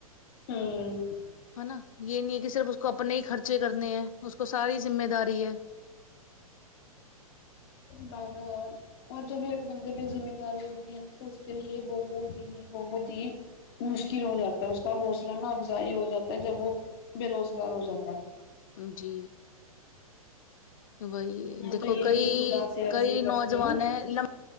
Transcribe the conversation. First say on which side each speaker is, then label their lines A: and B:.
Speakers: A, on the left (about 45°); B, on the left (about 65°).
A: ہوں
B: ہے نا یہ نہیں ہے کہ صرف اس کو اپنے ہی خرچے کرنے ہیں اس کو ساری ذمہ داری ہے
A: بگر اور جب ایک بندے پہ ذمہ داری ہوتی ہے نا تو اس کے لیے بہت ہی بہت ہی مشکل ہو جاتا ہے اس کا حوصلہ نہ افزائی ہو جاتا ہے جب وہ بے روزگار ہو جاتا ہے
B: جی بھائی
A: میں
B: دیکھو
A: تو یہی
B: کئی
A: خدا سے عرضی
B: کئی
A: کرتی
B: نوجوان
A: ہوں
B: ہیں لم